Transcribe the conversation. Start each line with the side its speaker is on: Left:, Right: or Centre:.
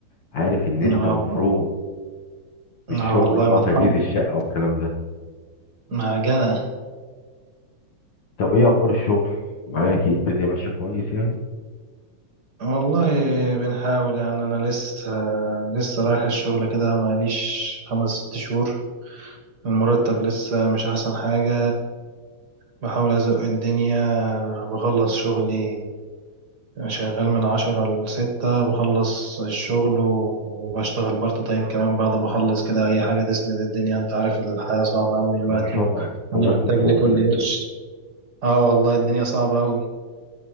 Left: عارف ان
Right: اه
Left: انت مفروم بالشغل
Right: اه والله
Left: بقى
Right: مطحن
Left: وتجهيز الشقة والكلام ده
Right: معجنة
Left: طب ايه اخبار الشغل معاك ايه الدنيا ماشية كويس يعني
Right: والله بنحاول يعني انا لسه لسه رايح الشغل كده ماليش خمس ست شهور المرتب لسه مش احسن حاجة بحاول ازق الدنيا بخلص شغلي يعني شغال من عشرة لستة بخلص الشغل وبشتغل بارت تايم كمان بعد ما أخلص كده أي حاجة تسند الدنيا أنت عارف الحياة صعبة أوي دلوقتي
Left: اه طبعا
Right: وأنا
Left: الله
Right: محتاج
Left: يكون في
Right: لكل
Left: عونك
Right: قرش اه والله الدنيا صعبة أوي